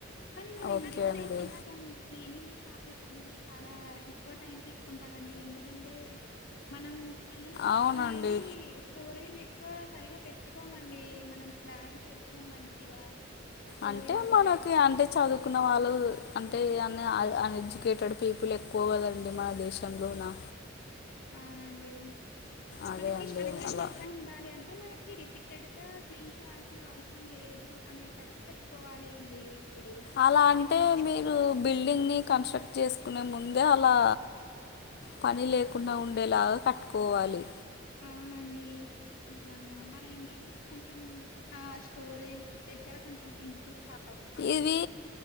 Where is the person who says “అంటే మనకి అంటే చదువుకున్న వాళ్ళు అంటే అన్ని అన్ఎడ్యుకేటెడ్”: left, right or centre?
Left